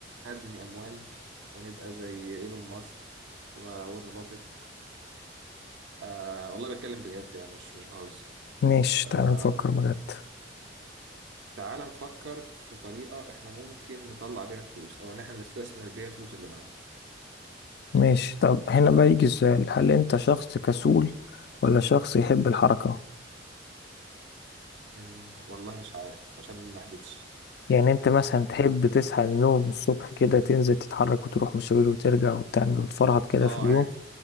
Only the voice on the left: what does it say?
ماشي
تعال نفكر بجد
ماشي طب هنا بقى يجي السؤال هل انت شخص كسول ولا شخص يحب الحركة
يعني انت مثلا تحب تصحى من النوم الصبح كده تنزل تتحرك وتروح مشاوير وترجع وتعمل وتفرهد كده
في اليوم